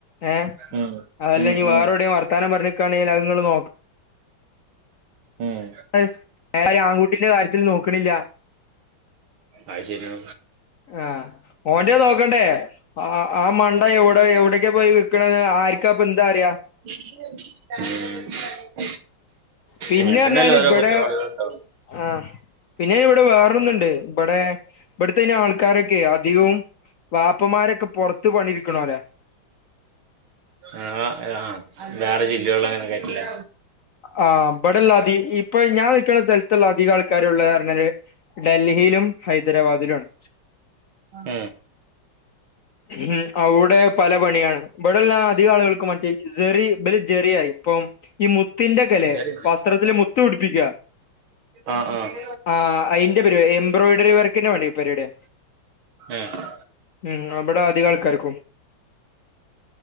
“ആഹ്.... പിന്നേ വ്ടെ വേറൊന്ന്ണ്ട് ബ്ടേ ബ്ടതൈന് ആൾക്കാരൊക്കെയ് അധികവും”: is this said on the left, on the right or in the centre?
Left